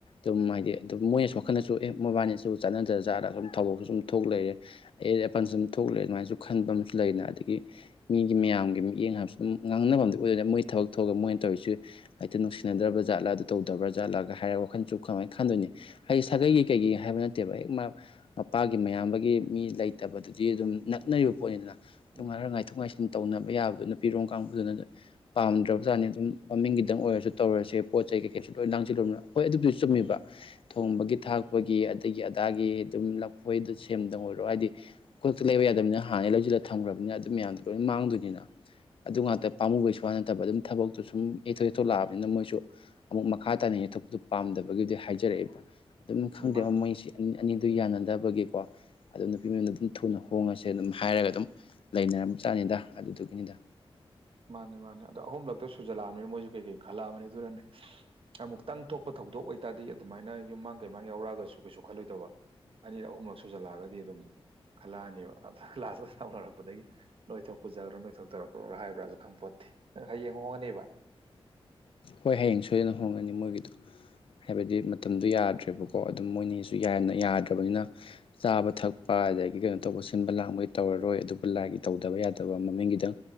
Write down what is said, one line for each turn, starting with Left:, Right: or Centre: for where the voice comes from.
Left: ꯑꯗꯨꯝ ꯍꯥꯏꯗꯤ ꯑꯗꯨꯝ ꯃꯣꯏꯅꯁꯨ ꯋꯥꯈꯜꯅꯁꯨ ꯑꯦ ꯃꯣꯏꯕꯥꯏꯅꯤꯁꯤꯕꯨ ꯆꯠꯅꯗ꯭ꯔꯖꯥꯠꯂꯥ ꯁꯨꯝ ꯊꯧꯗ‌ꯣꯛꯇ‌ꯣ ꯁꯨꯝ ꯊꯣꯛ ꯂꯩꯔꯦ ꯑꯩꯌꯦꯠ ꯑꯄꯟꯁꯨꯝ ꯊꯣꯛ ꯂꯩꯔ‌ꯦ‌ ꯑꯗꯨꯃꯥꯏꯖꯨ ꯈꯟꯕ ꯑꯃꯁꯨ ꯂꯩꯗꯅ ꯑꯗꯒꯤ ꯃꯤꯒꯤ ꯃꯌꯥꯝꯒꯤ ꯃꯤꯠꯌꯦꯡ ꯍꯥꯏꯕꯁꯨ ꯑꯗꯨꯝ ꯉꯥꯡꯅꯕ ꯑꯃꯗꯤ ꯑꯣꯏꯗꯅ ꯃꯣꯏ ꯊꯕꯛ ꯊꯣꯛꯑꯒ ꯃꯣꯏꯅ ꯇꯧꯔꯤꯁꯤ ꯍꯥꯏꯇꯤ ꯅꯨꯡꯁꯤꯅꯗ꯭ꯔꯕꯖꯥꯠꯂ ꯑꯗꯨ ꯇꯧꯗ꯭ꯔꯕꯖꯥꯠꯂꯒ ꯍꯥꯏꯔ ꯋꯥꯈꯟꯁꯨ ꯀꯃꯥꯏ ꯈꯟꯗꯣꯏꯅꯤ ꯍꯥꯏꯗꯤ ꯁꯥꯒꯩꯒꯤ ꯀꯩꯒꯤ ꯍꯥꯏꯕ ꯅꯠꯇꯦꯕ ꯍꯦꯛ ꯃꯥ ꯃꯄꯥꯒꯤ ꯃꯌꯥꯝꯕꯒꯤ ꯃꯤ ꯂꯩꯇꯕꯗꯨꯗꯤ ꯑꯗꯨꯝ ꯅꯛꯅꯔꯤꯕ ꯄꯣꯠꯅꯤꯗꯅ
Right: ꯎꯝ
Left: ꯇꯨꯉꯥꯔ ꯉꯥꯏꯊꯣꯛ ꯉꯥꯏꯁꯤꯟ ꯇꯧꯅꯕ ꯌꯥꯕꯗꯣ ꯅꯨꯄꯤꯔꯣꯝ ꯀꯥꯡꯕꯨꯗꯨꯅꯖꯨ ꯄꯥꯝꯗ꯭ꯔꯕꯖꯥꯠꯅꯤ ꯑꯗꯨꯝ ꯃꯃꯤꯡꯒꯤꯗꯪ ꯑꯣꯏꯔꯖꯨ ꯇꯧꯔꯁꯦ ꯄꯣꯠ ꯆꯩ ꯀꯩꯀꯩꯁꯨ ꯂꯣꯏ ꯂꯥꯡꯖꯤꯜꯂꯨꯕꯅ ꯍꯣꯏ ꯑꯗꯨꯕꯨꯗꯤ ꯆꯨꯝꯃꯤꯕ ꯊꯣꯡꯕꯒꯤ ꯊꯥꯛꯄꯒꯤ ꯑꯗꯩꯒꯤ ꯑꯗꯥꯒꯤ ꯑꯗꯨꯝ ꯂꯐꯣꯏꯗ ꯁꯦꯝꯗ ꯑꯣꯏꯔꯣ ꯍꯥꯏꯗꯤ ꯈꯨꯗꯛꯇ ꯂꯩꯕ ꯌꯥꯗꯕꯅꯤꯅ ꯍꯥꯟꯅꯩ ꯂꯩꯖꯤꯜꯂ ꯊꯝꯒ꯭ꯔꯕꯅꯤꯅ ꯑꯗꯨ ꯃꯌꯥꯝꯗꯣ ꯂꯣꯏ ꯃꯥꯡꯗꯣꯏꯅꯤꯅ ꯑꯗꯨ ꯉꯥꯛꯇ ꯄꯥꯃꯨꯕꯩꯁꯨ ꯋꯥꯥ ꯅꯠꯇꯕ ꯑꯗꯨꯝ ꯊꯕꯛꯇꯨ ꯁꯨꯝ ꯌꯩꯊꯣ ꯌꯩꯊꯣ ꯂꯥꯛꯑꯕꯅꯤꯅ ꯃꯣꯏꯁꯨ ꯑꯃꯨꯛ ꯃꯈꯥ ꯇꯥꯅ ꯌꯩꯊꯣꯛꯄꯗꯨ ꯄꯥꯝꯗꯕꯒꯤꯗꯤ ꯍꯥꯏꯖꯔꯛꯑꯦꯕ ꯑꯗꯨꯝ ꯈꯪꯗꯦꯕ
Right: ꯎꯝ ꯃꯥꯅꯦ
Left: ꯃꯣꯏꯁꯦ ꯑꯅꯤ ꯑꯅꯤꯗꯨ ꯌꯥꯅꯗꯕꯒꯤꯀꯣ ꯑꯗꯨꯝ ꯅꯨꯄꯤ ꯃꯌꯨꯝꯗ ꯑꯗꯨꯝ ꯊꯨꯅ ꯍꯣꯡꯉꯁꯦ ꯑꯗꯨꯝ ꯍꯥꯏꯔꯒ ꯑꯗꯨꯝ ꯂꯩꯅꯔꯝꯕ ꯖꯥꯠꯅꯤꯗ ꯑꯗꯨꯗꯨꯒꯤꯅꯤꯗ
Right: ꯃꯥꯅꯦ ꯃꯥꯅꯦ ꯑꯗꯣ ꯑꯍꯨꯝꯂꯛꯇ ꯁꯨꯖꯜꯂꯛꯑꯕꯅꯤꯅ ꯃꯣꯏꯖꯨ ꯀꯩꯀꯩ ꯈꯜꯂꯛꯑꯕꯅꯤ ꯑꯗꯨꯅꯅꯦ ꯑꯃꯨꯛꯇꯪ ꯊꯣꯛꯄ ꯊꯧꯗꯣꯛ ꯑꯣꯏꯇꯥꯔꯗꯤ ꯑꯗꯨꯃꯥꯏꯅ ꯌꯨꯝꯃꯥꯡ ꯀꯩꯃꯥꯡ ꯌꯥꯎꯔꯛꯑꯒꯁꯨ ꯀꯩꯁꯨ ꯈꯜꯂꯣꯏꯗꯕ ꯑꯅꯤꯔꯛ ꯑꯍꯨꯝꯂꯛ ꯁꯨꯖꯜꯂꯛꯑꯒꯗꯤ ꯑꯗꯨꯝ ꯈꯜꯂꯛꯑꯅꯦꯕ ꯑꯗ ꯂꯥꯁꯇ ꯁꯥꯎꯅꯔꯛꯄꯗꯒꯤ ꯅꯣꯏꯊꯣꯛ ꯄꯨꯖꯒ꯭ꯔꯣ ꯅꯣꯏ ꯊꯣꯛ ꯇꯧꯔꯛꯈ꯭ꯔꯣ ꯍꯥꯏꯕ꯭ꯔꯥ ꯈꯪꯄꯣꯠꯇ‌ꯦ ꯍꯌꯦꯡ ꯍꯣꯡꯉꯅꯦꯕ
Left: ꯍꯣꯏ ꯍꯌꯦꯡ ꯁꯣꯏꯗꯅ ꯍꯣꯡꯒꯅꯤ ꯃꯣꯏꯒꯤꯗꯣ ꯍꯥꯏꯕꯗꯤ ꯃꯇꯝꯗꯣ ꯌꯥꯗ꯭ꯔꯦꯕꯀꯣ ꯑꯗꯨꯝ ꯃꯣꯏꯅꯤꯁꯨ ꯌꯥꯟꯅ ꯌꯥꯗ꯭ꯔꯕꯅꯤꯅ ꯆꯥꯕ ꯊꯛꯄ ꯑꯗꯒꯤ ꯀꯩꯅꯣ ꯇꯧꯕ ꯁꯤꯟꯕ ꯂꯥꯡꯕ ꯃ‌ꯣꯏ ꯇꯧꯔꯔꯣꯏ ꯑꯗꯨꯕꯨ ꯂꯥꯏꯒꯤ ꯇꯧꯗꯕ ꯌꯥꯗꯕ ꯃꯃꯤꯡꯒꯤꯗꯪ